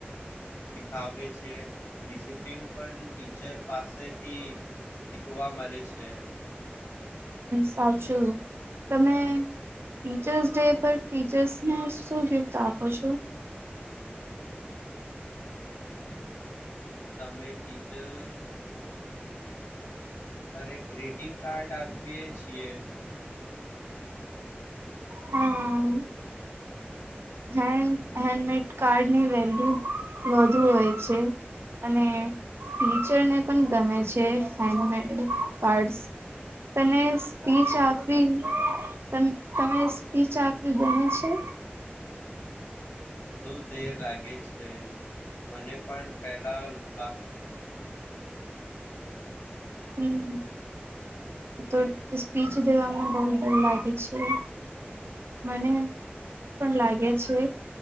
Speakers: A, on the left; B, on the right.
A: સીખ છેિસપ્ન પણ ટીચર પાસેથી શીખ મળ છે
B: સાચું તમે ટીચર્સ ડે પર ટીચર્સને શું ગિફ્ટ આપો છો
A: હા તમે ટીચર્સ અરે ગ્રીટિંગ કાર્ડ આપીએ છીએ
B: હા હેન્ડ હેન્ડમેડ કાર્ડ ન રહેે વધુ હોય છે અને ટીચર ને પણ ગમે છે. ચ હેન્ડમેડ કાર્ડ્સ તને સ્પીચ
A: અને
B: આપી તમે તમે સ્પીચ આપ્યું ગમે છે
A: થોડું દેર લાગે છે મને પણ પેલા લાગતું તું
B: હમ તો સ્પીચ દેવામાં બહુ ડર લાગે છે. મને પણ લાગે છે.